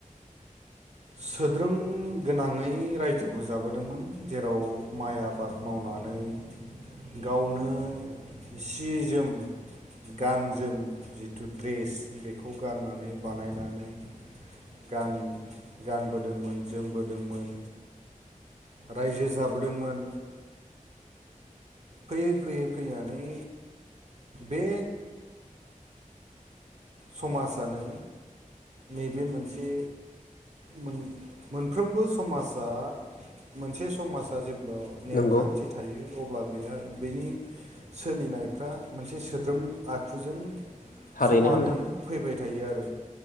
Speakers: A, on the right; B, on the left.
A: सोद्रोम गोनाङै रायजोखौ जाबोदोंमोन जेराव माइ आबाद मावनानै गावनो सि जोम गान जोम जिथु ड्रेस बेखौ गाननानै बानायनानै गान-गानबोदोंमोन जोमबोदोंमोन, रायजो जाबोदोंमोन, फैयै फैयै फैनानै बे समाजानो नैबे मोनसे मोन-मोनफ्रोमबो समाजा मोनसे समाजा जेब्ला नेमखान्थि
B: नंगौ
A: थायो अब्ला बेहा बेनि सोलिनायफ्रा मोनसे सोद्रोम आखुजों
B: थारैनो
A: समानै
B: नोंथां
A: फैबाय थायो आरो।